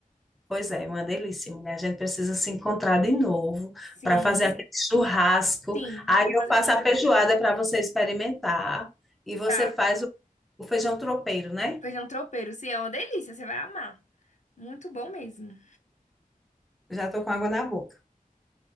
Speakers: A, in the centre; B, on the left.
A: Pois é, uma delícia, mulher. A gente precisa se encontrar de novo
B: Sim.
A: para fazer aquele churrasco.
B: Sim,
A: Aí
B: pra fazer
A: eu faço
B: um churrasco.
A: a feijoada para você experimentar. E você
B: Tá.
A: faz o, o feijão tropeiro, né?
B: Feijão tropeiro, sim, é uma delícia, você vai amar. Muito bom mesmo.
A: Já estou com água na boca.